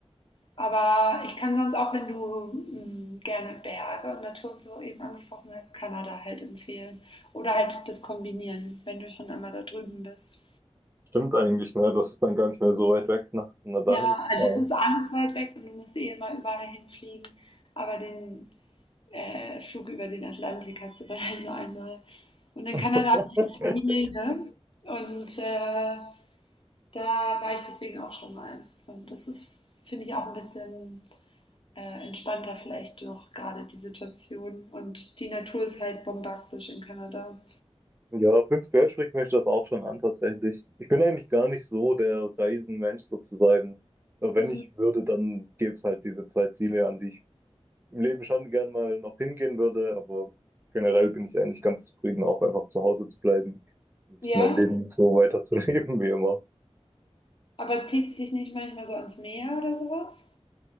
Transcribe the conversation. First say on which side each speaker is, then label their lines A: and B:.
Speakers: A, on the left; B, on the right.
A: Aber ich kann sonst auch, wenn du mm, gerne Berge und Natur und so eben angesprochen hast, Kanada halt empfehlen. Oder halt das kombinieren, wenn du schon einmal da drüben bist.
B: Stimmt eigentlich, ne? Das ist dann gar nicht mehr so weit weg, nach, nach dahin
A: Ja,
B: zu
A: also
B: fahren.
A: es ist alles weit weg und du musst eh immer überall hinfliegen. Aber den äh, Flug über den Atlantik hast du dann halt nur einmal. Und in
B: <laughs>
A: Kanada habe ich jetzt Familie und äh, da war ich deswegen auch schon mal. Und das ist, finde ich, auch ein bisschen äh, entspannter vielleicht noch gerade die Situation. Und die Natur ist halt bombastisch in Kanada.
B: Ja, prinzipiell spricht mich das auch schon an, tatsächlich. Ich bin eigentlich gar nicht so der Reisenmensch sozusagen. Aber wenn
A: Mhm.
B: ich würde, dann gäbe es halt diese zwei Ziele, an die ich im Leben schon gern mal noch hingehen würde, aber generell bin ich eigentlich ganz zufrieden, auch einfach zu Hause zu bleiben und
A: Ja,
B: mein Leben so weiterzuleben wie immer.
A: aber zieht es dich nicht manchmal so ans Meer oder sowas?